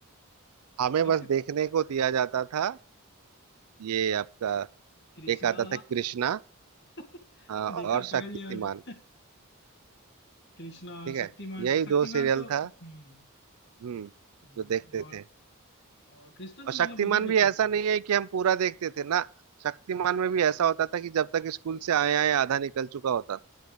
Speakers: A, on the right (about 80°); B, on the left (about 50°).
A: हमें
B: आपके
A: बस देखने को दिया जाता था ये आपका
B: कृष्णा
A: एक आता था कृष्णा
B: <laughs>
A: हाँ, और
B: देखा
A: शक्तिमान
B: पकड़ लिया मैंने कृष्णा
A: ठीक है
B: शक्तिमान
A: यही
B: शक्तिमान
A: दो सीरियल
B: तो हम्म
A: था हम्म
B: हम्म,
A: जो देखते
B: और
A: थे
B: और कृष्णा तो
A: और
B: मतलब
A: शक्तिमान
B: मुझे भी
A: भी
B: अच्छा
A: ऐसा
B: लगता था
A: नहीं है कि हम पूरा देखते थे ना शक्तिमान
B: हम्म,
A: में भी ऐसा होता था कि जब तक स्कूल से आए आए आधा निकल चुका होता था।